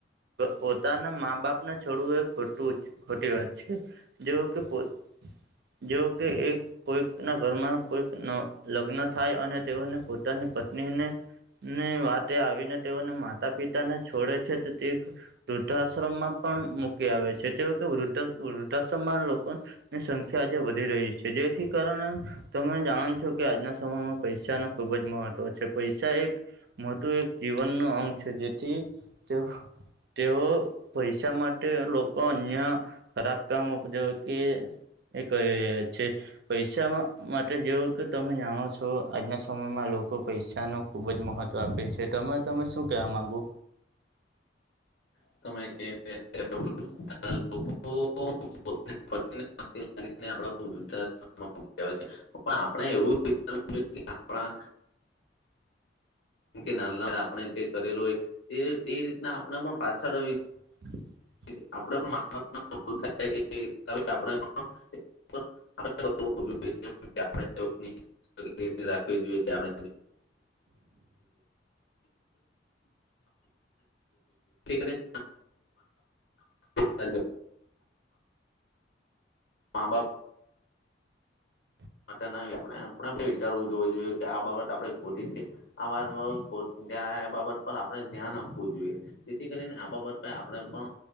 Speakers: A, on the right (about 65°); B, on the left (about 80°).
A: પોતાના મા બાપને છોડવું એ ખોટું ખોટી વાત છે. જેઓ કે કોઈક જે કે એક કોઈક ના ઘરમાં કોઈક ન લગ્ન થાય અને તેઓને પોતાની પત્નીને ની વાતે આવીને તેઓને માતા પિતાને છોડે છે, તો તે વૃદ્ધાશ્રમમાં પણ મૂકી આવે છે તેઓ કે વૃદ્ધ વૃદ્ધાશ્રમમાં લોકો ની સંખ્યા આજે વધી રહી છે, જેથી કારણે તમે જાણ છો કે આજના સમયમાં પૈસાના ખુબ જ મહત્વ છે. પૈસા એક મોટું એક જીવનનુ અંગ છે, જેથી તેઓ તેઓ પૈસા માટે લોકો અન્ય ખરાબ કામ જો કે એ કરી રહ્યા છે. પૈસા માટે જો કે તમે જાણો છો આજના સમયમાં લોકો પૈસા પૈસાનો ખુબ જ મહત્વ આપે છે, તમે તમે શું કહેવા માંગુ?
B: તમે કે લોકો <unintelligible> આપણે એવુંજ આપણાં <unintelligible> કે નાના આપણે જે કરેલું હોય તે તે રીતના આપણ મા પાછળ <unintelligible>
A: <inaudible>
B: <unintelligible> <unintelligible> રાખવી જોઈએ આપ <unintelligible> <unintelligible> હલૉ મા બાપ
A: હ
B: માટે ના આપ આપ વિચારવું જોવું જોઈએ કે આ બાબત આપે ખોટી છે આ બાબત પર આપણે ધ્યાન આપવું જોઈએ જેથી કરીને આ બાબત આપણે પણ